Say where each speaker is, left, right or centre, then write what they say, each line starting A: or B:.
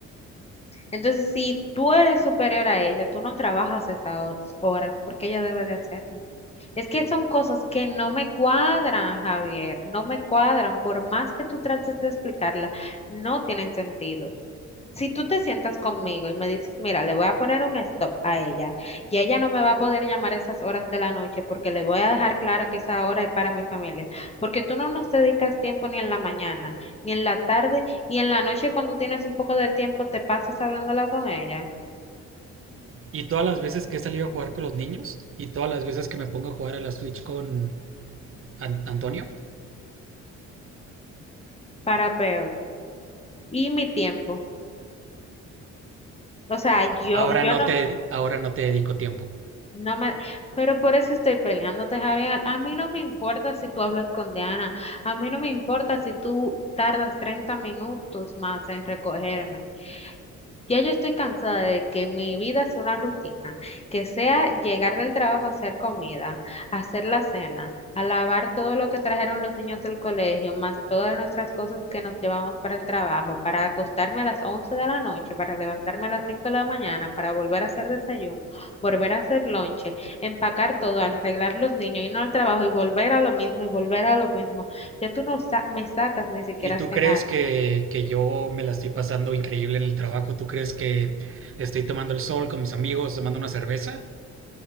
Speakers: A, on the left; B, on the right.
A: Entonces, si tú eres superior a ella, tú no trabajas esas horas porque ella debe de hacerlo. Es que son cosas que no me cuadran, Javier, no me cuadran. Por más que tú trates de explicarla, no tienen sentido. Si tú te sientas conmigo y me dices, mira, le voy a poner un stop a ella y ella no me va a poder llamar a esas horas de la noche porque le voy a dejar claro que esa hora es para mi familia, porque tú no nos dedicas tiempo ni en la mañana, ni en la tarde y en la noche cuando tienes un poco de tiempo te pasas hablándola con ella,
B: Y todas las veces que he salido a jugar con los niños y todas las veces que me pongo a jugar a la Switch con An- Antonio,
A: para peor. Y mi tiempo. O sea, yo,
B: ahora
A: yo
B: no
A: no.
B: te ahora no te dedico tiempo.
A: No me, pero por eso estoy peleándote, Javier. A mí no me importa si tú hablas con Diana. A mí no me importa si tú tardas 30 minutos más en recogerme. Ya yo estoy cansada de que mi vida sea una rutina, que sea llegar del trabajo a hacer comida, a hacer la cena, a lavar todo lo que trajeron los niños del colegio, más todas nuestras cosas que nos llevamos para el trabajo, para acostarme a las 11 de la noche, para levantarme a las 5 de la mañana, para volver a hacer desayuno, volver a hacer lonche, empacar todo, arreglar los niños, irnos al trabajo y volver a lo mismo y volver a lo mismo. Ya tú no sa- me sacas ni siquiera
B: ¿Y tú
A: a cenar.
B: crees que, que yo me la estoy pasando increíble en el trabajo? ¿Tú crees que estoy tomando el sol con mis amigos, tomando una cerveza?